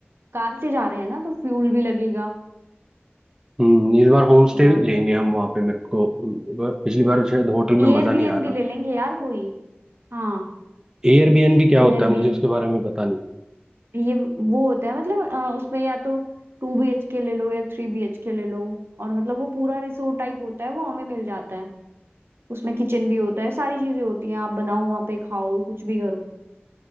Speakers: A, on the right; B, on the right.
A: कार से जा रहे हैं ना तो फ्यूल भी लगेगा
B: हम्म इस बार होम स्टे
A: और
B: लेंगे हम वहाँ पे मेरे को पिछली बार शायद होटल
A: एयरबीएनबी
B: में मजा नहीं आया था
A: ले लेंगे यार कोई हाँ
B: एयरबीएनबी क्या
A: एयरबीएनबी
B: होता है मुझे उसके बारे में पता नहीं
A: ये वो होता है मतलब अ, उसमें या तो टू बी एच के ले लो या थ्री बी एच के ले लो और मतलब वो पूरा रिसोर्ट टाइप होता है वो हमें मिल जाता है उसमें किचन भी होता है सारी चीजें होती हैं आप बनाओ वहाँ पे खाओ कुछ भी करो